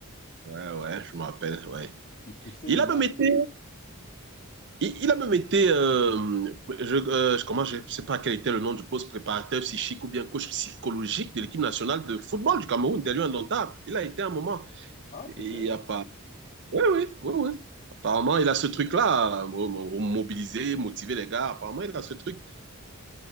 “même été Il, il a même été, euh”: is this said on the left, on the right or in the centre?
Right